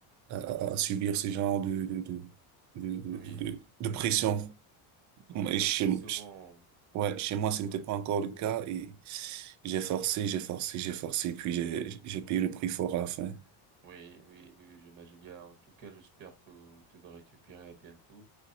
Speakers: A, on the right (about 40°); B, on the right (about 20°).
A: à, à- subir ce genre de, de, de, de,
B: Oui.
A: de, de- de pression.
B: Oui,
A: Et
B: donc
A: chez,
B: c'est souvent...
A: ouais, chez moi, ce n'était
B: non,
A: pas
B: mm,
A: encore le cas et j'ai forcé, j'ai forcé, j'ai forcé, puis j'ai, j'ai
B: mm.
A: payé le prix fort à la fin.
B: Oui, oui, oui, oui, j'imagine bien. En tout cas, j'espère que tu vas récupérer à bientôt.